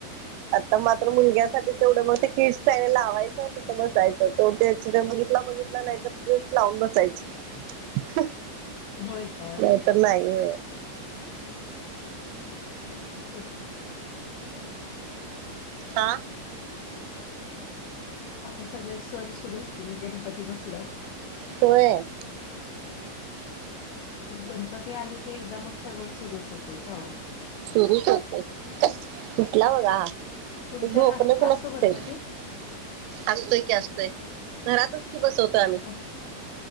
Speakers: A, on the right (about 85°); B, on the left (about 85°).
A: आता मात्र मुलग्यासाठी तेवढं मग ते, किट्स चॅनल लावायचं तिथं बसायचं तेवढ त्याचं तो बघितला बघितला. नाही तर तेच लावून बसायचं.
B: होय का,
A: नाही तर नाही हो.
B: <unintelligible> <unintelligible>
A: हा.
B: आता सगळे सण सुरू होतील, गणपती बसलाय.
A: होय.
B: गणपती आले की, एकदा मग सगळं सुरुच होतंय का ओ.
A: सुरूच होते. उटला बघा हा
B: तुमच्यात
A: तर झोपणच
B: आ-
A: नसतंय.
B: असतो गणपती
A: असतोय की असतोय घरातच. बसवतो आम्ही
B: अस-